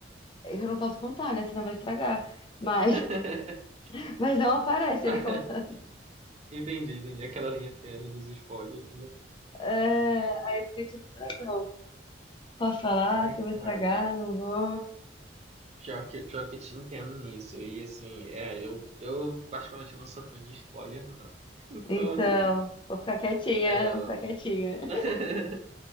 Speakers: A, on the left (about 25°); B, on the right (about 35°).
A: eu não posso contar, né? Senão vai estragar. Mas,
B: <laughs>
A: <laughs> mas não aparece
B: Ah,
A: ele contando.
B: entendi, entendi. Aquela linha tênue dos spoilers, né?
A: É, aí eu fiquei tipo, será que eu não posso falar?
B: Ai,
A: Que eu vou estragar?
B: cara,
A: Não vou.
B: pior que, pior que eu te entendo nisso. E assim, é, eu, eu particularmente não sou fã de spoiler, não. Então,
A: Então, vou ficar quietinha,
B: é.
A: vou ficar quietinha. <laughs>
B: <laughs>